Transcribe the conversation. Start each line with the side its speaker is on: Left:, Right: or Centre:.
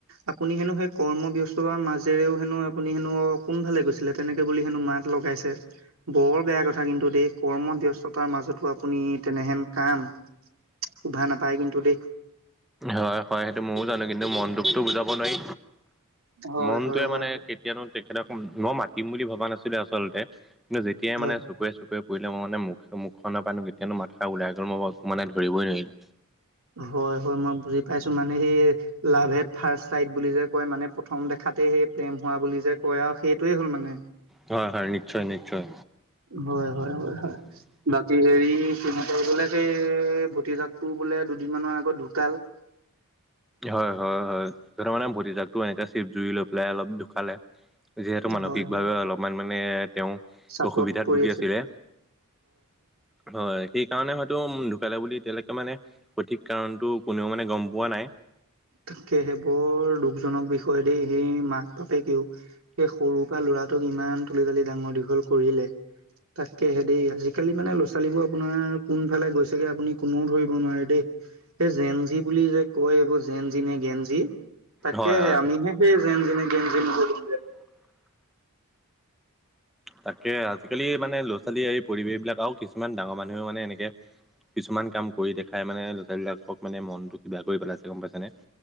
Right: আপুনি হেনো সেই কৰ্ম ব্যস্ততাৰ মাজ। তেৰেও হেনো আপুনি হেনো কোন ফালে গৈছিলে তেনেকে বুলি হেনো মাত লগাইছে। বৰ বেয়া কথা কিন্তু দেই কৰ্মব্যস্ততাৰ মাজতো আপুনি তেনেহেন কাম। শুভা নাপায় কিন্তু দেই।
Centre: হয় হয়, সেইটো মইও জানো কিন্তু মনটোকটো বুজাব নোৱাৰি।
Right: হয়
Centre: মনটোৱে
Right: হয় হয়
Centre: মানে। <unintelligible> তেখেতক মই মাতিম বুলি ভবা নাছিলে আচলতে কিন্তু যেতিয়াই
Right: হয়।
Centre: মানে। <unintelligible> পৰিলে মই মানে মুখখনৰ পানো কেতিয়ানো মাতখাৰ ওলাই গল মই মানে ধৰিবই নোৱাৰিলো।
Right: হয় হয় মই বুজি পাইছো মানে সি। লাভ এট ফাৰ্ষ্ট চাইট বুলি যে কয় মানে প্ৰথম দেখাতেই সেই প্ৰেম হোৱা বুলি যে কয় আৰু সেইটোৱে হ'ল মানে।
Centre: হয় হয় নিশ্চয় নিশ্চয়।
Right: হয় হয় হয় হয়। বাকী হেৰি সিহঁতৰ বোলে সেই ভতিজাকটো বোলে দুদিন মানৰ আগত ঢুকাল।
Centre: হয় হয় হয় ত' মানে ভতিজাকো এনে চিপ জুই লৈ পেলাই অলপ ঢুকালে। যিহেতু মানসিকভাৱে
Right: হয় হয়।
Centre: অলপমান মানে তেওঁ।
Right: চাপত
Centre: অসুবিধাত
Right: পৰি
Centre: ভুগি আছিলে, হয়। সেইকাৰণে হয়তো ঢুকালে বুলি এতিয়ালৈকে মানে সঠিক কাৰণটো কোনেও মানে গম পোৱা নাই।
Right: তাকেহে বৰ দুখজনক বিষয়ে দেই সেই মাক বাপেকেও। সেই সৰু পৰা ল'ৰাটোক ইমান তুলি তালি ডাঙৰ দীঘল কৰিলে। তাককেহে দেই আজিকালি মানে লৰা ছোৱালীবোৰ আপোনাৰ কোনফালে গৈছেগে আপুনি কোননেও ধৰিব নোৱাৰে দেই। এই জেনজি বুলি যে কয় এইবোৰ। জেন জি নে গেনঞী, তাকে
Centre: হয়
Right: হে
Centre: হয়
Right: আমিহে সেই জেন জি নে গেনঞী নহলো।
Centre: তাকে আজিকালি মানে ল'ৰা ছোৱালী এই পৰিৱেশ বিলাক আৰু কিছুমান ডাঙৰ মানুহেও মানে এনেকে। কিছুমান কাম কৰি দেখাই মানে ল'ৰালীবলাকক মানে মনতটো কিবা কৰি পেলাইছে গম পাইছানে।